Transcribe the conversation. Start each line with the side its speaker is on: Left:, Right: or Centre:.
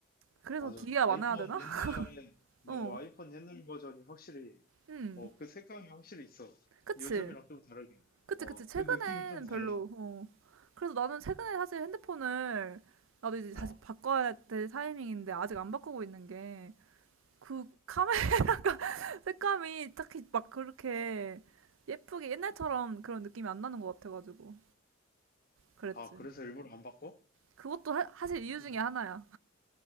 Right: 그래서
Left: 맞아.
Right: 기기가
Left: 아이폰
Right: 많아야 되나? <laughs>
Left: 옛날에, 맞아.
Right: 어.
Left: 아이폰 옛날 버전이 확실히,
Right: 음.
Left: 어, 그 색감이 확실히 있어.
Right: 그치.
Left: 요즘이랑 좀 다르게.
Right: 그치,
Left: 어,
Right: 그치. 최근에는
Left: 그 느낌이 좀 달라.
Right: 별로, 어. 그래서 나는 최근에 사실 핸드폰을 나도 이제 다시
Left: 어.
Right: 바꿔야 될 타이밍인데 아직 안 바꾸고 있는 게 그 카메라 <laughs> 색감이 딱히 막 그렇게 예쁘게 옛날처럼 그런 느낌이 안 나는 것 같아가지고. 그랬지.
Left: 아, 그래서 일부러 안 바꿔?
Right: 그것도 하, 사실
Left: 멋있네.
Right: 이유 중에 하나야.